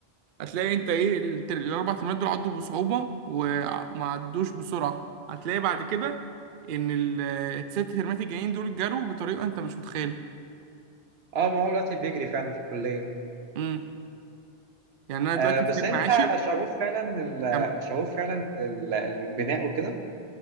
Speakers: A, on the right (about 60°); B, on the right (about 80°).
A: هتلاقي انت ايه التر- الاربع ترمات دول عدوا بصعوبة وع- وما عدوش بسرعة هتلاقي بعد كده ان ال- الست ترمات الجايين دول جروا بطريقة انت مش متخيلها
B: اه ما هو دلوقتي بيجري فعلا في الكليه
A: امم يعني انا دلوقتي
B: آه، بس
A: في ترم
B: انت
A: عاشر
B: شغوف فعلا ال-
A: كم
B: شغوف فعلا ال- البناء وكده